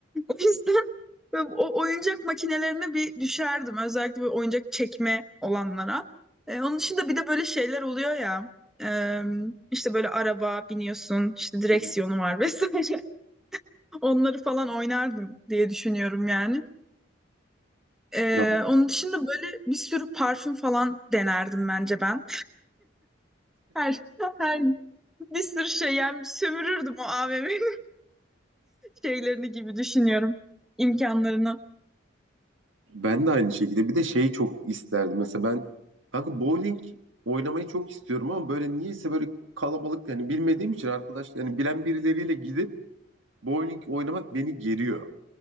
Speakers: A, in the centre; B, on the right (about 85°).
A: O yüzden böyle o oyuncak makinelerine bir düşerdim. Özellikle böyle oyuncak çekme olanlara. E, onun dışında bir de böyle şeyler oluyor ya. E, işte böyle araba biniyorsun, işte direksiyonu
B: Hı hı.
A: var <laughs> vesaire. Onları falan oynardım diye düşünüyorum yani. E,
B: Ya
A: onun dışında böyle bir sürü parfüm falan denerdim bence ben. Her, <laughs> her bir sürü şey yani sömürürdüm o AVM'yi. şeylerini gibi düşünüyorum. imkanlarını.
B: ben de aynı şekilde. Bir de şeyi çok isterdim. Mesela ben kanka bowling oynamayı çok istiyorum ama böyle niyeyse böyle kalabalık yani bilmediğim için arkadaş yani bilen birileriyle gidip bowling oynamak beni geriyor.